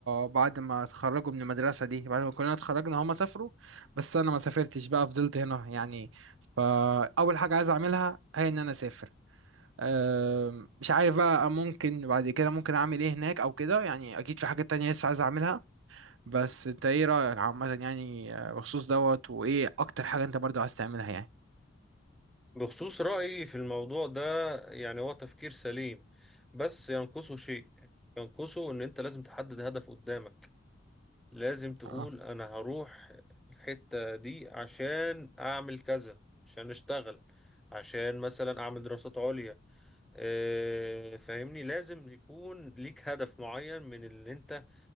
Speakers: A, on the right; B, in the centre.
A: بعد ما اتخرجوا من المدرسة دي بعد ما كلنا اتخرجنا هما سافروا بس أنا ما سافرتش بقى فضلت هنا يعني فأول حاجة عايز أعملها هي إن أنا أسافر آم، مش عارف بقى ممكن بعد كده ممكن أعمل إيه هناك أو كده يعني أكيد في حاجات تانية لسه عايز أعملها بس أنت إيه رأيك عامة يعني آه، بخصوص دوت وإيه أكتر حاجة أنت برضو عايز تعملها يعني؟
B: بخصوص رأيي في الموضوع ده يعني هو تفكير سليم بس ينقصه شيء ينقصه ان انت لازم تحدد هدف قدامك لازم تقول
A: اه
B: انا هروح الحتة دي عشان اعمل كذا عشان اشتغل عشان مثلا اعمل دراسات عليا آه، فاهمني لازم يكون ليك هدف معين من اللي انت